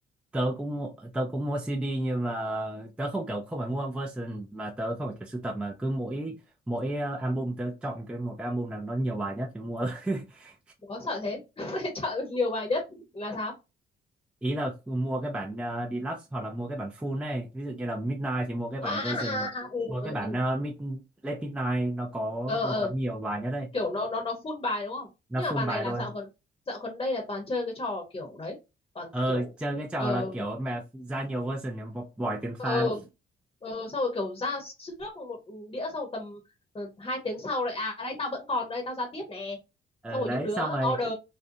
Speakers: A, in the centre; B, on the left.
A: tớ cũng mua- tớ cũng mua CD nhưng mà tớ không kiểu không phải mua version mà tớ không phải kiểu sưu tập mà cứ mỗi mỗi ờ, album tớ chọn cái một cái album nào nó nhiều bài nhất thì mua. <laughs>
B: có sợ thế <laughs> sẽ chọn nhiều bài nhất là sao
A: Ý là mua cái bản ờ, deluxe hoặc là mua cái bản full này. Ví dụ như là Midnight thì mua cái bản
B: à à
A: version
B: à, à ừ,
A: mua
B: ừ,
A: cái bản
B: ừ.
A: ờ, mid, late Midnight nó có
B: Ờ,
A: nó
B: ờ,
A: có nhiều bài nhất đây.
B: kiểu nó nó nó full bài đúng không
A: Nó
B: nhưng
A: full
B: mà bài
A: bài
B: này là
A: luôn.
B: dạo gần dạo gần đây là toàn chơi cái trò kiểu đấy toàn
A: ờ
B: kiểu
A: chơi cái trò
B: ờ,
A: là kiểu map ra nhiều version để bỏ, bỏ tiền farm
B: ờ ờ xong rồi kiểu ra trước một đĩa xong rồi tầm ờ, hai tiếng sau lại à đây tao vẫn còn đây tao ra tiếp nè
A: ờ
B: xong rồi
A: đấy
B: những đứa
A: xong rồi
B: order